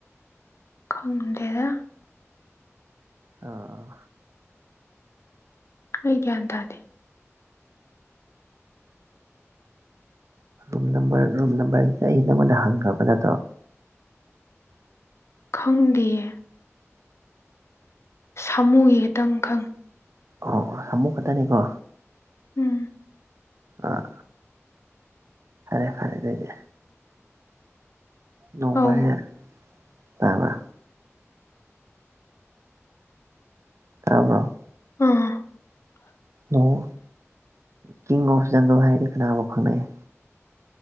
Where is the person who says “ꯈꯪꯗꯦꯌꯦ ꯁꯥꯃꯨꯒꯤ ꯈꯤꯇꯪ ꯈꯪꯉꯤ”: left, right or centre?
Left